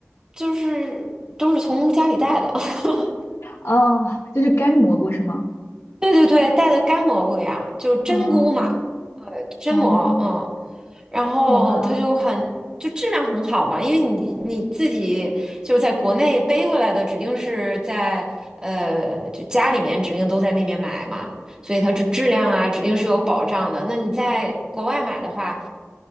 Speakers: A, on the right; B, on the left.
A: 就是都是从家里带的，<laughs>
B: 哦就是干蘑菇是吗？
A: 对对对，带的干蘑菇呀，就是真菇嘛，
B: 哦
A: 呃，真蘑，
B: 哦，
A: 嗯。然后它就很就质量很好嘛，
B: 好吧，
A: 因为你你自己就是在国内背过来的，指定是在呃就家里面指定都在那边买嘛，所以它这质量啊指定是有保障的。那你在国外买的话，